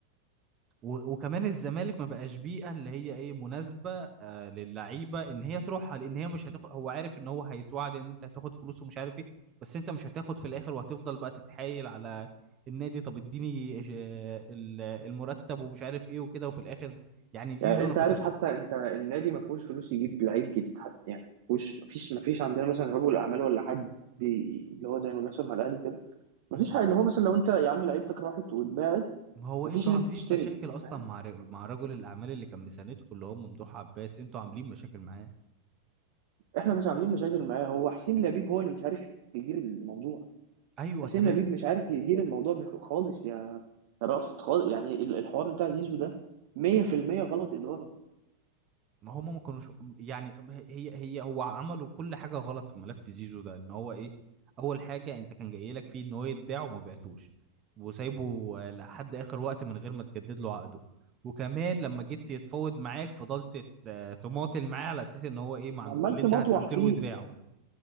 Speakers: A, on the right; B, on the right.
A: و- وكمان الزمالك ما بقاش بيئة اللي هي ايه مناسبة آه للعيبة ان هي تروحها لان هي مش هتاخد هو عارف ان هو هيتوعد ان انت هتاخد فلوس ومش عارف ايه بس انت مش هتاخد في الاخر وهتفضل بقى تتحايل على النادي طب اديني ج- ال- المرتب ومش عارف ايه وكده وفي الاخر يعني زيزو
B: يعني انت
A: انا كنت
B: عارف
A: س...
B: حتى انت النادي ما فيهوش فلوس يجيب لعيب جديد حتى يعني ما فيهوش ما فيش ما فيش عندنا مثلا رجل اعمال ولا حد ي- اللي هو زي ما بيحصل مع الاهلي كده ما
A: مم.
B: فيش حاجه اللي هو مثلا لو انت يا عم لعيبتك راحت واتباعت
A: ما هو
B: ما
A: انتوا
B: فيش ان
A: عاملين
B: انت تشتري
A: مشاكل اصلا
B: فاهم
A: مع ر- مع رجل الاعمال اللي كان مساندكم اللي هو ممدوح عباس انتوا عاملين مشاكل معاه
B: احنا مش عاملين مشاكل معاه هو حسين لبيب هو اللي مش عارف يدير الموضوع
A: ايوه
B: حسين
A: تمام
B: لبيب مش عارف يدير الموضوع بخ- خالص يا يا رأفت خالص يعني ال- الحوار بتاع زيزو ده 100% غلط اداره
A: ما هم ما كانوش يعني هي هي هو عملوا كل حاجة غلط في ملف زيزو ده ان هو ايه اول حاجة انت كان جاي لك فيه ان هو يتباع وما بعتوش وسايبه آه، لحد اخر وقت من غير ما تجدد له عقده وكمان لما جيت يتفاوض معاك فضلت ت- تماطل معاه على اساس ان هو ايه مع
B: عمال
A: اللي
B: تمطوح
A: انت هت... هتلوي
B: فيه
A: دراعه